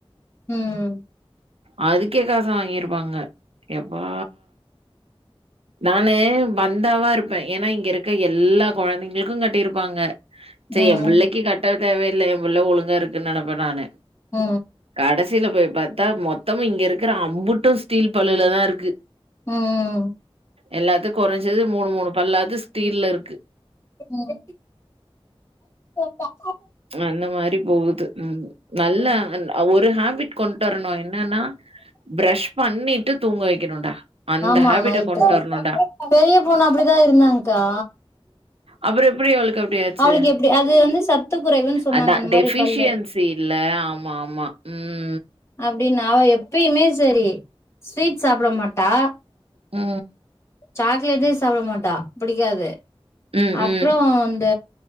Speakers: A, on the left; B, on the right.
A: ம்
B: அதுக்கே காசு வாங்கிருப்பாங்க எப்பா நானு பந்தாவா இருப்பே ஏன்னா இங்க இருக்க எல்லா கொழந்தைங்களுக்கு கட்டியிருப்பாங்க
A: ம்
B: செய் என் பிள்ளைக்கு க கட்ட தேவையில்லை என்புள்ள ஒழுங்கா இருக்குன்னு நெனைப்ப நானு
A: ஒ
B: கடைசியில போய் பாத்தா மொத்தமு இங்க இருக்கிற அம்புட்டு ஸ்டீல் பல்லுலதா இருக்கு
A: ம்
B: எல்லாத்து கொறைஞ்சது மூணு மூணு பல்லாது ஸ்டீல்ல இருக்கு
A: ம் <unintelligible>
B: அந்த மாரி போகுது ம் நல்லா
A: ம்
B: அந் ஒரு ஹேபிட் கொண்டு வரணு என்னன்னா பிரஷ் பண்ணிட்டு தூங்க வைக்கணும்டா அந்த
A: ஆமா
B: ஹேபிட்ட
A: நைட்டு
B: கொண்டு வரணும்டா
A: பெரிய பொண்ணு அப்டிதான் இருந்தாங்க்கா
B: அப்றோ எப்டி அவளுக்கு அப்டியாச்சு
A: அவளுக்கு எப்டி அது வந்து சத்து குறைவுன்னு சொன்னாங்க
B: அதா
A: அந்த
B: டெஃபியன்ஸ்
A: மாரி பல்லு
B: இல்ல ஆமா ஆமா ம்
A: அப்டின்னு அவ எப்பயுமே செரி ஸ்வீட் சாப்ட மாட்டா
B: அ
A: சாக்லேட்டே சாப்ட மாட்டா பிடிக்காது
B: ம்,
A: அப்றோ
B: ம்.
A: அந்த